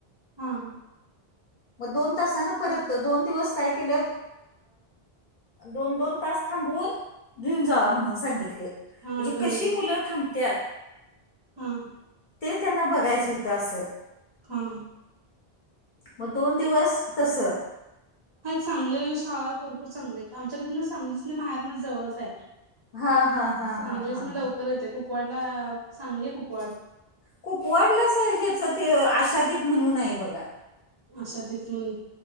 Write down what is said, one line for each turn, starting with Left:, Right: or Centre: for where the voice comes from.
Right: हा हा
Left: मग दोन तासान परत दोन दिवस काय केलं दोन दोन तास थांबवून घेऊन जावा म्हणून सांगितले. म्हणजे
Right: हा घरी
Left: कशी मुलं थांबत्यात
Right: हम
Left: ते त्यांना बघायचं होतं असं.
Right: हम
Left: मग दोन दिवस तस.
Right: हा, चांगले शाळा भरपूर चांगल्या आहेत, आमच्या तीथन सांगलीच <unintelligible> जवळच आहे.
Left: हा हा हा
Right: सांगलीन
Left: हा हा
Right: लवकर
Left: हा
Right: येतय, कुपवाडला सांगली, कुपवाड.
Left: कुपवाडलाच हेच ते आशादीप म्हणून आहे बघा.
Right: अशा तिथून